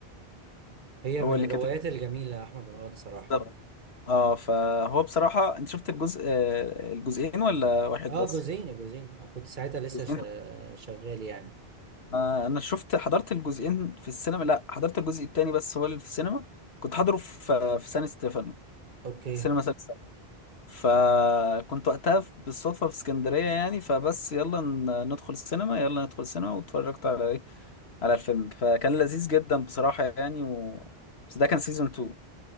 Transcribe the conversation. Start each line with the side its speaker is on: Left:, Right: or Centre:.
Right: هي
Left: هو
Right: من
Left: اللي
Right: الروايات
Left: كاتب
Right: الجميلة احمد مراد صراحة
Left: بالظبط اه فهو بصراحه انت شفت الجزء آه، الجزئين ولا واحد
Right: اه
Left: بس
Right: جزئين جزئين كنت ساعتها لسه
Left: جزئين
Right: شا- شغال يعني
Left: آه، انا شفت حضرت الجزئين في السينما لا حضرت الجزء التاني بس هو اللي في السينما كنت حاضره في في سان ستيفانو
Right: اوكي
Left: السينما سان ستيفانو فكنت وقتها في- بالصدفة في اسكندرية يعني فبس يلا ن- ندخل السينما يلا ندخل السينما واتفرجت على ايه على الفيلم فكان لذيذ جدا بصراحة يعني و... بس ده كان سيزون 2